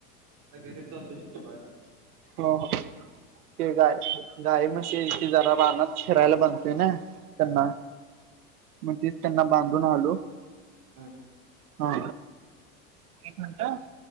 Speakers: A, on the right; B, on the right.
A: आता घरी चललोय जेवायला.
B: हो हो ते गाय गाय म्हशीचे जरा रानात फिरायला म्हणतोय ना. त्यांना मग तेच त्यांना बांधून आलो.
A: हम्म
B: हा एक मिनट